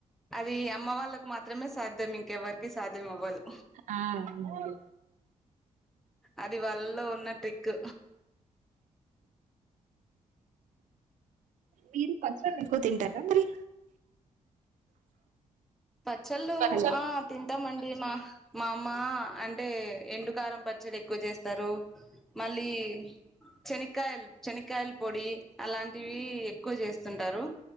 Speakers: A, in the centre; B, on the right.
A: అది అమ్మ వాళ్ళకు మాత్రమే సాధ్యం ఇంకెవ్వరికి సాధ్యం అవ్వదు
B: అవునండి
A: అది వల్లలో ఉన్న ట్రిక్
B: మీరు పచ్చళ్ళు ఎక్కువ తింటారా మరి
A: పచ్చళ్ళు
B: హలో
A: ఆ తింటాంమండి మా మా అమ్మ అంటే ఎండు కారం పచ్చడి ఎక్కువ చేస్తారు మళ్ళీ చనికాయలు చనీకాయలు పొడి అలాంటివి ఎక్కువ చేస్తుంటారు